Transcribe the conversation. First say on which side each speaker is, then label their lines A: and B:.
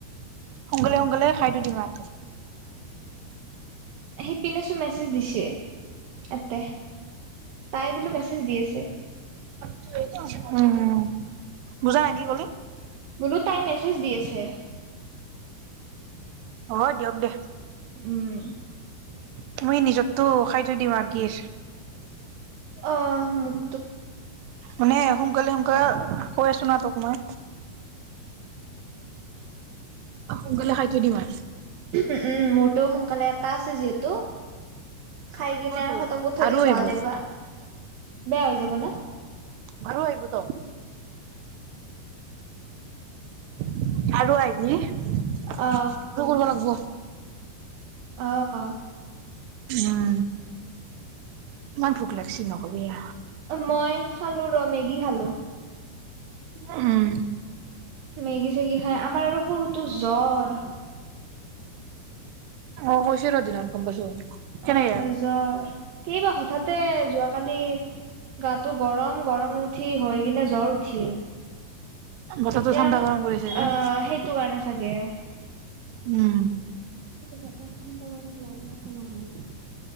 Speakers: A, on the right; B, on the right.
A: সোনকালে সোনকালে খাই থৈ দিম আও
B: সিপিনে চোন মেছেজ দিছে এতে তাই বোলো মেছেজ দি আছে
A: টো এইটো উম বুজা নাই কি ক'লি
B: বোলো তাই মেছেজ দি আছে
A: হব দিয়ক দে
B: উম
A: তুমি নিজতটো খাই থৈ দিবা আৰু কি আছ
B: অ মোক
A: মানে সোনকালে সোন কা কৈ আছো ন তোক মই সোনকালে খাই থৈ দিম আৰ
B: উম উম মোৰতো সোনকালে এটা আছে যিহেতু খাই
A: আহিব
B: কিনে আৰু
A: তোৰ
B: খতম কৰি থৈ
A: আৰু
B: দিম
A: আহিব
B: নহ'লে বা। বেয়া হৈ যাব ন।
A: মাৰ আহিবোত। <unintelligible> আৰু আহিলি কটো
B: অ
A: কৰিব লাগিব।
B: অহ।
A: উম ইমান ভুোক লাগচ ন। সবিয়ে।
B: মই খালো ৰ মেগী খালো।
A: উ'ম।
B: মেগী চেগী খাই আমাৰ আৰু সৰুটো জ্বৰ।
A: অ কৈছ ৰ দিনত গম পাইছো। কেনেকে
B: অ জ্বৰ কেইবা হঠাতে যোৱাকালি। গাটো গৰম গৰম উঠি হৈ কিনে জ্বৰ উঠিল।
A: বছৰটো
B: এতিয়া
A: ঠানডা
B: আৰু
A: গৰম কৰিছে যে।
B: আহ সেইটো কাৰণে চাগে।
A: উম।
B: গৰমে ঠাণ্ডা গৰমে লাগোক নহয়।